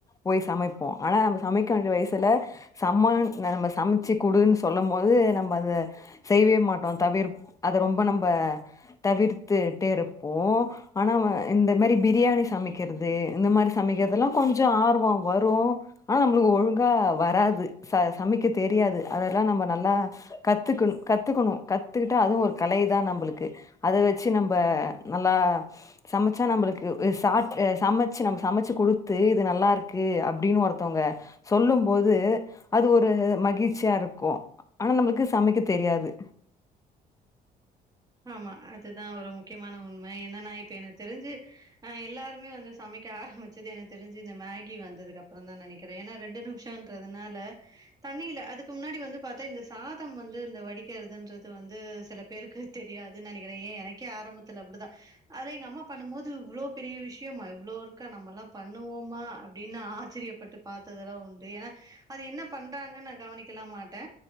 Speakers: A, on the left (about 20°); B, on the right (about 20°).
A: போய் சமைப்போ ஆனா நம்ம சமைக்க வேண்டிய வயசுல சம நம்ம சமைச்சு குடுன்னு சொல்லம் போது நம்ம அத செய்யவே மாட்டோ தவிர் அத ரொம்ப நம்ப தவிர்த்துட்டே இருப்போ ஆனா வ இந்த மாரி பிரியாணி சமைக் கிறது இந்த மாரி சமைக்கிறதுலா கொஞ்சோ ஆர்வோ வரு ஆனா நம்மளுக்கு ஒழுங்கா வராது ச சமைக்க தெரியாது அதெல்லா நம்ம நல்லா கத்துக்கணு கத்துக்கணு கத்துக்கிட்டா அதுவு ஒரு கலைதா நம்பளுக்கு அத வச்சு நம்ப நல்லா சமைச்சா நம்பளுக்கு இது சாட் ஆ சமைச்சு நம்ம சமைச்சு குடுத்து இது நல்லா இருக்கு அப்டின்னு ஒருத்தவங்க சொல்லும்போது அது ஒரு மகிழ்ச்சியா இருக்கு ஆனா நம்மளுக்கு சமைக்க தெரியாது
B: ஆமா அதுதா ஒரு முக்கியமான உண்மை. ஏன்னா நா இப்ப எனக்கு தெரிஞ்சு அ எல்லாருமே வந்து சமைக்க ஆரம்பிச்சது எனக்கு தெரிஞ்சு இந்த மேகி வந்ததுக்கு அப்புறம்தான்னு நெனைக்கிறே ஏன்னா ரெண்டு நிமிஷம்ன்றதுனால தண்ணில அதுக்கு முன்னாடி வந்து பாத்தா இந்த சாதம் வந்து இந்த வடி க்கிறதுன்றது வந்து சில பேருக்கு தெரியாதுன்னு நெனைக்கிறே ஏன் எனக்கே ஆரம்பத்துல அப்பிடிதா அது எங்க அம்மா பண்ணும் போது து இவ்ளோ பெரிய விஷ்யமா இவ்ளோ இருக்கா நம்மல்லா பண்ணுவோமா அப்டின்னு ஆச்சரியப்பட்டு பாத்ததெல்லா உண்டு ஏன்னா அது என்ன பண்றாங்கன்னு நா கவனிக்கலா மாட்டே